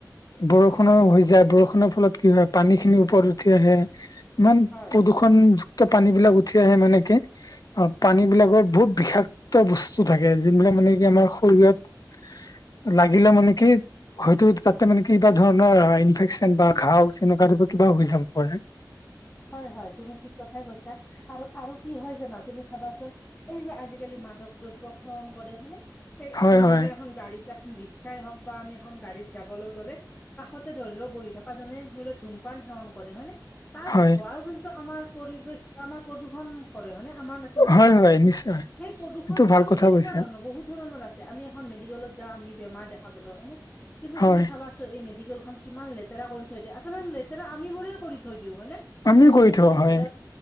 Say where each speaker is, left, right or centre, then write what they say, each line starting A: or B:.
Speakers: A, on the left; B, on the left.
A: বৰষুণো হৈ যায়, বৰষুণৰ ফলত কি হয় পানী খিনি ওপৰত উঠি আহে ইমান
B: হয়
A: প্ৰদূষণযুক্ত পানী বিলাক উঠি আহে মানে এনেকে অ পানী বিলাকৰ বহুত বিষাক্ত বস্তু থাকে যোন বিলাক মানে কি আমাৰ শৰীৰত লাগিলে মানে কি হয়তো তাত তাৰ মানে কিবা ধৰণৰ ইনফেকচন বা ঘাঁও তেনেকুৱা টাইপৰ কিবা হৈ যাব পাৰে
B: হয় হয়, তুমি ঠিক কথাই কৈছা, আৰু আৰু কি হয় জানা তুমি চাবাচোন, এই যে আজিকালি মাদক দ্ৰব্য সেৱন কৰে, হয়নে? এই
A: হয়
B: আমি
A: হয়
B: ধৰি লও এখন গাড়ীত, এখন ৰিক্সাই হওক বা আমি এখন গাড়ীত যাবলৈ গলে কাষতে ধৰি লও বহি থকা জনে ধৰি লও ধূমপান সেৱন কৰে, হয়নে? তাৰ
A: হয়
B: ধোঁৱাও কিন্তু আমাৰ পৰিৱেশ, আমাৰ প্ৰদূষণ- কৰে হয়নে আমাৰ আচলতে,
A: হয় হয় নিশ্চয়
B: সেই প্ৰদূষণ
A: এইটো ভাল
B: তাৰ মানে
A: কথা
B: কেনেকুৱা
A: কৈছা
B: ধৰণৰ বহুত ধৰণৰ আছে আমি এখন মেডিকেলত যাওঁ আমি বেমাৰ দেখাবলৈ, হয় নে? কিন্তু
A: হয়
B: তুমি চাবাচো এই মেডিকেলখন- কিমান লেতেৰা কৰি থৈ দিয়ে, আচলতে লেতেৰা আমিবোৰে কৰি থৈ দিওঁ হয় নে?
A: আমিও
B: আমি
A: কৰি
B: যেনেকৈ
A: থওঁ হয়
B: নিজৰ